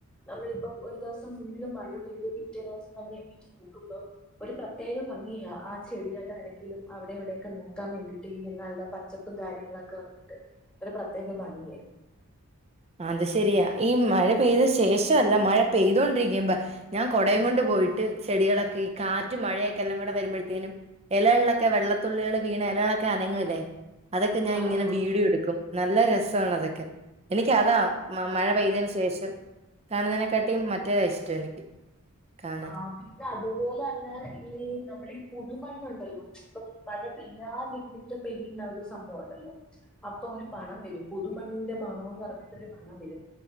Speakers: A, in the centre; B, on the right (about 25°).
A: നമ്മളിപ്പം ഒരു ദിവസം ഫുള്ള് മഴ പെയ്ത് പിറ്റേ ദിവസം നമ്മൾ എണീറ്റ് നോക്കുമ്പോൾ ഒരു പ്രത്യേക ഭംഗിയാ ആ ചെടി ടെ എടക്കിലും അവിടെ എവിടെയൊക്കെ നോക്കാൻ വേണ്ടിട്ട്ങ്കിൽ നല്ല പച്ചപ്പും കാര്യങ്ങളൊക്കെ വന്നിട്ട് ഒരു പ്രത്യേക ഭംഗിയ
B: അത് ശരിയാ ഈ മഴ പെയ്ത ശേഷമല്ല മഴ പെയ്തോണ്ടിരിക്കുമ്പോ ഞാൻ കുടയും കൊണ്ട് പോ പോയിട്ട് ചെടികളൊക്കെ ഈ കാറ്റും മഴയൊക്കെ എല്ലാം കൂടെ വരുമ്പഴത്തേനും ഇലകള്ളൊക്കെ വെള്ളത്തുള്ളികൾ വീണ ലകളൊക്കെ അനങ്ങല്ലേ അതൊക്കെ ഞാൻ
A: ആഹ്
B: ഇങ്ങനെ വീടിയൊ എടുക്കും നല്ല രസമാണ് അതൊക്കെ എനിക്ക് അതാ മ
A: ആഹ്
B: മഴ പെയ്തന് ശേഷം കാണുന്നതിനെക്കാട്ടിയും മറ്റേത ഇഷ്ടം എനിക്ക് കാണാൻ.
A: ആ പിന്നെ അതുപോലെ തന്നെ ഈ നമ്മളീ പുതുമണ്ണുണ്ടല്ലോ മഴ പെയ്യാതിരുന്നിട്ട് പെയ്യുന്ന ഒരു സംഭവം ഉണ്ടല്ലോ അപ്പൊ ഒരു മണം വരും പുതുമണ ന്റെ മണോന്ന് പറഞ്ഞിട്ട് മണം വരും